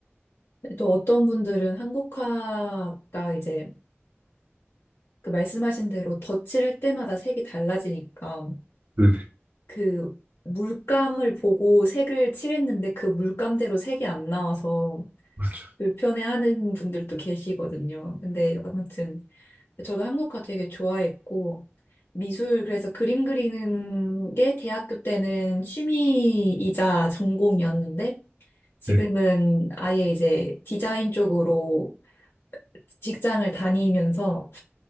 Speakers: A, on the left; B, on the right.
A: 또 어떤 분들은 한국화가 이제 그 말씀하신 대로 덧칠할 때마다 색이 달라지니까
B: 네,
A: 그 물감을 보고 색을 칠했는데 그 물감대로 색이 안 나와서
B: 맞아요.
A: 불편해하는 분들도 계시거든요. 근데 아무튼 저도 한국화 되게 좋아했고 미술 그래서 그림 그리는 게 대학교 때는 취미이자 전공이었는데 지금은
B: 네.
A: 아예 이제 디자인 쪽으로 직장을 다니면서